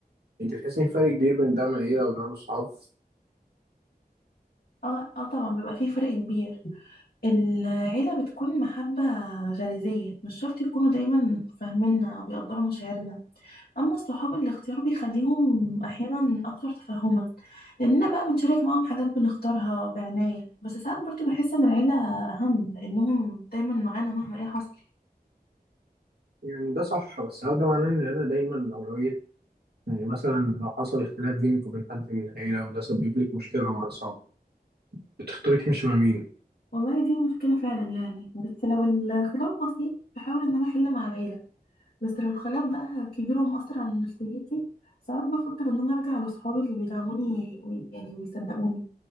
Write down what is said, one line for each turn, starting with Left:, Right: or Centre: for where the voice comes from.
Right: أنت تحس إن في فرق كبير بين دعم العيلة ودعم الصحاب
Left: اه اه طبعا بيبقى فيه فرق كبير العيلة بتكون محبة غريزية مش شرط يكونوا دايما فاهميننا أو بيقدروا مشاعرنا أما الصحاب الاختيار بيخليهم أحيانا أكتر تفهما لأننا بقى بنشارك معاهم حاجات بنختارها بعناية بس ساعات برضه بحس إن العيلة أهم لأنهم دايما معانا مهما إيه حصل
Right: يعني ده صح بس هل ده معناه إن العيلة دايما الأولوية؟ يعني مثلا لو حصل اختلاف بينك وبين حد من العيلة وده سبب لك مشكلة مع أصحابك بتختاري تمشي مع مين؟
Left: والله دي مشكلة فعلا يعني بس لو الخلاف بسيط بحاول ان انا احل مع العيلة بس لو الخلاف بقى كبير ومؤثر على نفسيتي ساعات بفكر ان انا ارجع لصحابي اللي بيدعموني وي- يعني ويصدقوني